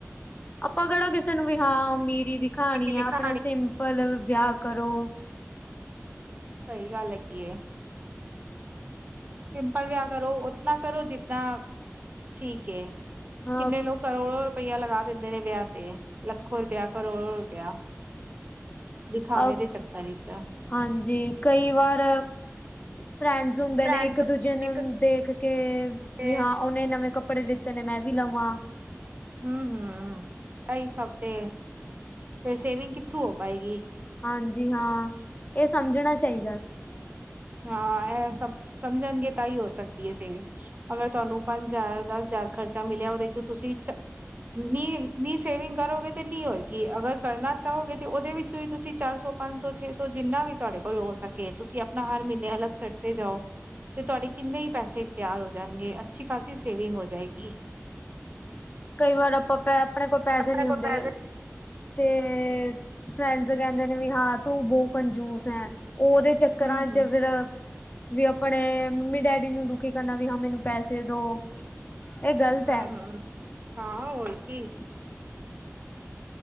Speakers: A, on the left; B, on the right.
A: ਆਪਾਂ ਕੇੜਾ ਕਿਸੇ ਨੂੰ ਵੀ ਹਾਂ, ਅਮੀਰੀ ਦਿਖਾਣੀ
B: ਕਿਸੀ ਦੀ
A: ਆ ਆਪਣਾ
B: ਕਹਾਣੀ
A: ਸਿੰਮ ਪਲ ਵਿਆਹ ਕਰੋ।
B: ਸਹੀ ਗੱਲ ਹੈਗੀ ਐ। ਸਿੰਪਲ ਵਿਆਹ ਕਰੋ, ਉਤਨਾ ਕਰੋ ਜਿਤਨਾ ਠੀਕ ਏ,
A: ਹਾਂ
B: ਕਿੰਨੇ ਲੋਕ ਕਰੋੜੋ ਰੁਪੇਆ ਲਗਾ ਦਿੰਦੇ ਨੇ ਵਿਆਹ ਤੇ, ਲੱਖੋੰ ਰੁਪੇਆ ਕਰੋੜੋ ਰੁਪੇਆ। ਦਿਖਾਵੇ
A: ਅ
B: ਦੇ ਚੱਕਰ ਵਿਚ।
A: ਹਾਂਜੀ, ਕਈ ਵਾਰ, ਫਰੈਂਡਸ ਹੁੰਦੇ
B: ਫਰੈਂਡਸ
A: ਨੇ ਇੱਕ ਦੂਜੇ ਨੂੰ
B: ਇੱਕ
A: ਦੇਖ ਕੇ ਵੀ
B: ਤੇ
A: ਹਾਂ, ਓਨੇ ਨਵੇਂ ਕੱਪੜੇ ਲਿੱਤੇ ਨੇ ਮੈਂ ਵੀ ਲਵਾਂ।
B: ਹੂੰ ਹੂੰ ਐ ਈ ਸਭ ਤੇ, ਫਿਰ ਸੇਵਿੰਗ ਕਿੱਥੋਂ ਹੋ ਪਾਏਗੀ।
A: ਹਾਂਜੀ ਹਾਂ, ਏ ਸਮਝਣਾ ਚਾਈਦਾ।
B: ਹਾਂ, ਏ ਸਭ ਸਮਝਣਗੇ ਤਾਂ ਈ ਹੋ ਸਕਦੀ ਐ ਸੇਵਿੰਗ ਅਗਰ ਤੁਆਨੂੰ ਪੰਜ ਆਏ ਦਸ ਹਜ਼ਾਰ ਖਰਚਾ ਮਿਲਿਆ, ਉਹਦੇ ਚੋਂ ਤੁਸੀਂ ਸ਼ ਵੀਹ ਨੀ ਸੇਵਿੰਗ ਕਰੋਗੇ ਤੇ ਵੀਹ ਹੋਏਗੀ, ਅਗਰ ਕਰਨਾ ਚਾਹੋਗੇ ਤੇ ਉਹਦੇ ਵਿੱਚੋਂ ਹੀ ਤੁਸੀਂ ਚਾਰ ਸੌ ਪੰਜ ਸੌ ਛੇ ਸੌ ਜਿੰਨਾ ਵੀ, ਤੁਆਡੇ ਕੋਲ ਹੋ ਸਕੇ ਤੁਸੀਂ ਆ ਨਾ ਹਰ ਮੀਨੇ ਅਲੱਗ ਸੈਟ ਤੇ ਜਾਓ ਤੇ, ਤੁਹਾਡੇ ਕਿੰਨੇ ਈ ਪੈਸੇ ਤਿਆਰ ਹੋ ਜਾਣਗੇ ਅ ਅੱਛੀ- ਖਾਸੀ ਸੇਵਿੰਗ ਹੋ ਜਾਏਗੀ।
A: ਕਈ ਵਾਰ ਆਪਾਂ ਪੈ ਆਪਣੇ ਕੋਲ ਪੈਸੇ
B: ਆਪਣੇ
A: ਨਈ
B: ਕੋਲ
A: ਹੁੰਦੇ,
B: ਪੈਸੇ
A: ਤੇ ਫਰੈਂਡਸ ਕੇਂਦੇ ਨੇ ਵੀ ਹਾਂ ਤੂੰ ਬੋ ਕੰਜੂਸ ਏ, ਓਦੇ ਚੱਕਰਾਂ
B: ਹੂੰ-ਹੂੰ,
A: ਵਿਚ ਫਿਰ ਵੀ ਆਪਣੇ ਨੇ ਮੰਮੀ- ਡੈਡੀ ਨੂੰ ਦੁਖੀ ਕਰਨਾ ਵੀ ਹਾਂ ਮੈਨੂੰ ਪੈਸੇ ਦੋ। ਇਹ ਗ਼ਲਤ
B: ਹੂੰ
A: ਹੈ।
B: ਹੂੰ-ਹਾ ਹੋਰ ਕੀ।
A: <inaudible>